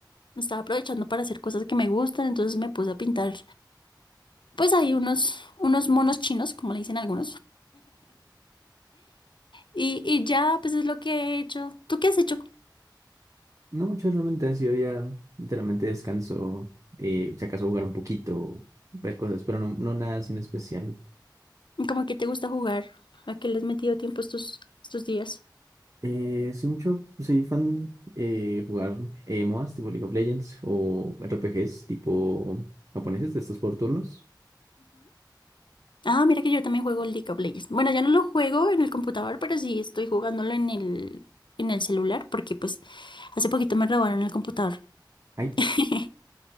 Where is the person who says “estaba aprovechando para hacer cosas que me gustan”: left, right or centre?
Left